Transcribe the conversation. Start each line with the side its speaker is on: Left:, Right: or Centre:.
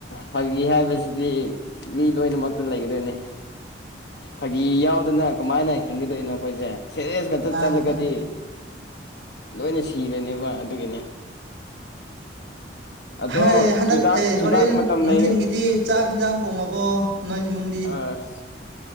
Left: ꯐꯥꯒꯤ ꯍꯥꯏꯕꯁꯤꯗꯤ ꯃꯤ ꯂꯣꯏꯅꯃꯛꯇ ꯂꯩꯒꯗꯣꯏꯅꯦ ꯐꯥꯒꯤ ꯌꯥꯎꯗꯅ ꯀꯃꯥꯏꯅ ꯍꯤꯡꯒꯗꯣꯏꯅꯣ ꯑꯩꯈꯣꯏꯁꯦ ꯁꯦꯔꯤꯁ ꯈꯛꯇ
Right: ꯃꯥꯅꯤ
Left: ꯆꯠꯂꯒꯗꯤ
Right: ꯃꯥꯅꯤ
Left: ꯂꯣꯏꯅ ꯁꯤꯔꯅꯦꯕ ꯑꯗꯨꯒꯤꯅꯦ ꯑꯗꯣ
Right: ꯍꯥꯏ ꯍꯟꯗꯛ
Left: ꯆꯨꯖꯥꯛ
Right: ꯑꯦ
Left: ꯆꯨꯖꯥꯛ
Right: ꯍꯣꯔꯦꯟ
Left: ꯃꯇꯝ
Right: ꯅꯨꯡꯊꯤꯟꯒꯤꯗꯤ
Left: ꯂꯩꯔꯦ
Right: ꯆꯥꯛ ꯍꯤꯟꯖꯥꯡ ꯊꯣꯉꯡꯕꯣ ꯅꯣꯏ ꯏꯃꯨꯡꯗꯤ
Left: ꯑꯁ